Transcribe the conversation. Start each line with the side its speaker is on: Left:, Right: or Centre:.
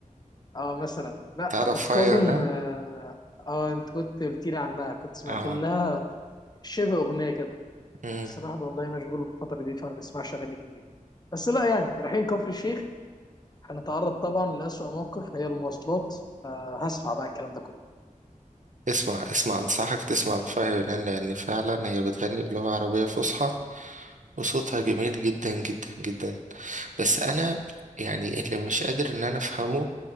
Left: اه مثلا لا
Right: تعرف
Left: بس
Right: فايا
Left: كاظم
Right: يونان
Left: اه آه، انت كنت قلت لي عنها كنت سمعت
Right: اه
Left: لها شبه اغنيه كده
Right: مم.
Left: بس الواحد والله مشغول الفتره دي فما بيسمعش اغاني كتير بس لا يعني رايحين كفر الشيخ هنتعرض طبعا لأسوأ موقف هي المواصلات آه هسمع بقى الكلام ده كله
Right: اسمع اسمع انصحك تسمع لفايا يونان لان فعلا هي بتغني بلغة عربية فصحى وصوتها جميل جدا جدا جدا بس انا يعني اللي مش قادر ان انا افهمه